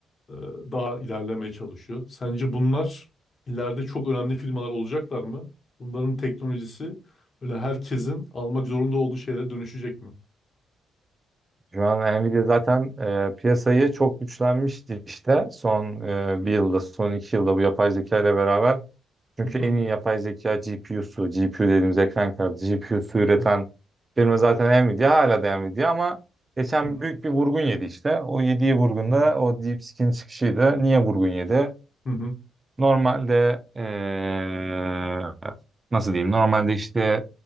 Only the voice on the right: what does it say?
Şu an Nvidia zaten e, piyasayı çok güçlenmişti işte. Son e, bir yılda, son iki yılda bu yapay zeka ile beraber Çünkü
en iyi yapay zeka GPU'su, GPU dediğimiz ekran kartı, GPU'su üreten firma zaten Nvidia, hala da Nvidia ama geçen
büyük bir vurgun yedi işte. O yediği vurgunda o DeepSeek'in çıkışıydı. Niye vurgun yedi?
Normalde eee, nasıl diyeyim? Normalde işte